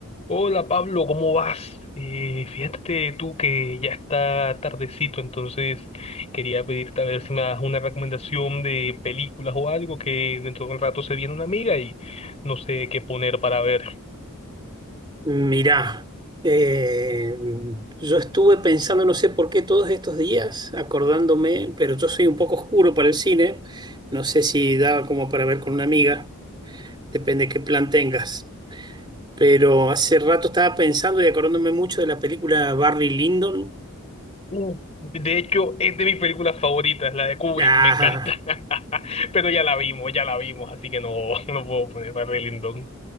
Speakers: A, on the left (about 30°); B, on the right (about 20°).
A: Hola Pablo, ¿cómo vas? Eh, fíjate tú que ya está tardecito, entonces quería pedirte a ver si me das una recomendación de películas o algo que dentro de un rato se viene una amiga y no sé qué poner para ver.
B: Mirá, eh, yo estuve pensando, no sé por qué todos estos días, acordándome, pero yo soy un poco oscuro para el cine, no sé si daba como para ver con una amiga, depende qué plan tengas, pero hace rato estaba pensando y acordándome mucho de la película Barry Lyndon.
A: Uh, de hecho, es de mis películas favoritas, la de Kubrick,
B: Ah,
A: me encanta. <laughs> Pero ya la vimos, ya la vimos, así que no, <laughs> no puedo poner para Lindon,